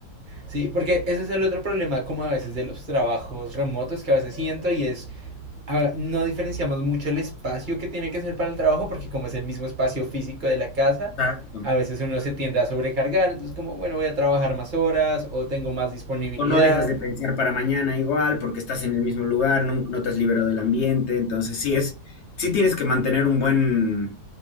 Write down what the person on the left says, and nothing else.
Exacto.
O no dejas de pensar para mañana igual, porque estás en el mismo lugar, nun- no, te has liberado del ambiente. Entonces, sí es, sí tienes que mantener un buen